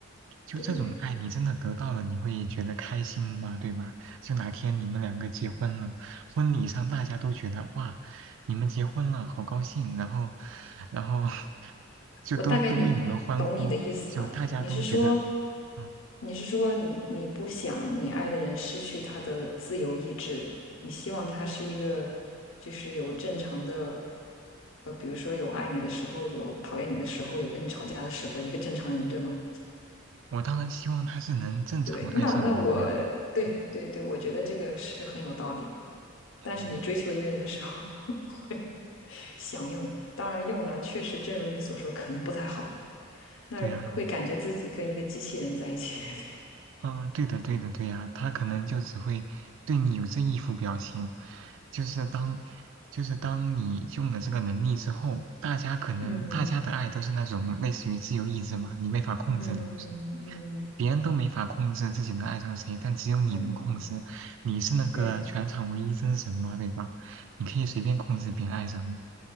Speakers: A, on the right; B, on the left.
A: 就这种爱，
B: 对不对？
A: 你真的得到了，你会觉得开心吗？对吗？就哪天你们两个结婚了，婚礼上大家都觉得哇，你们结婚了，好高兴，然后，然后 <laughs> 就都都为你们欢呼，
B: 我大概你懂你的意思了。
A: 就大家都觉得，
B: 你是说，
A: 嗯，
B: 你是说你你不想你爱的人失去他的自由意志，你希望他是一个就是有正常的，呃，比如说有爱你的时候，有讨厌你的时候，有跟你吵架的时候，一个正常人，对吗？
A: 我当然希望他是能正常爱上我的呀，
B: 对，那那我对对对，
A: 对吧？嗯，
B: 我觉得这个是很有道理。但是你追求一个人的时候
A: 嗯
B: <laughs> 会想用，当然用了，确实正如你所说，可能不太好。那会感觉自己跟一个机器人在一起，
A: 对呀，
B: 对不对？
A: 啊，对的，对的，对呀，他可能就只会对你有这一副表情，就是当，就是当你用了这个能力之后，大家可能大家的爱都是那种类似于自由意志嘛，
B: <laughs> 嗯
A: 你没法控制的，
B: 嗯嗯
A: 就是别人都没法控制自己能爱上谁，但只有你能控制。
B: 嗯，
A: 你是那个全场唯一真神嘛，
B: 对，
A: 对吧？你可以随便控制别人爱上你。